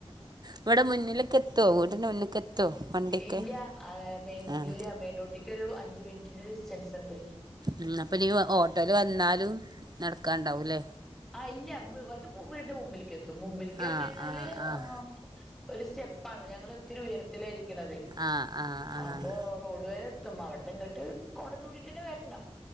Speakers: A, on the right; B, in the centre.
A: ഇവടെ മുന്നിൽക്ക് എത്തുവോ വീടിന്റെ മുന്ന്ക്ക് എത്തുവോ വണ്ടിയൊക്കെ
B: ഇല്ല അത് മെയിൻ
A: ആഹ്
B: ഇല്ല മെയിൻ റോട്ടിക്ക് ഒരു അഞ്ച് മിനിറ്റിന്റെ ഡിസ്റ്റൻസ് ഉണ്ട്
A: ഉം അപ്പൊനി ഓട്ടോയിൽ വന്നാലും നടക്കാണ്ടാവുല്ലേ
B: ആഹ് ഇല്ല അത് വീടിന്റെ മുമ്പിൽക്ക് എത്തും മുമ്പിലേക്ക് പറഞ്ഞു
A: ആഹ്
B: കഴിഞ്ഞാല്
A: ആഹ് ആഹ്
B: ആം ഒരു സ്റ്റെപ്പാണ് ഞങ്ങള് ഒത്തിരി ഉയരത്തില ഇരിക്കണതേയ്
A: ആഹ് ആഹ് ആഹ്
B: അപ്പോ റോഡ് വരേ എത്തും അവിടെന്ന് ഇങ്ങട്ട് കൊട ചൂടീട്ട് തന്നെ വരണം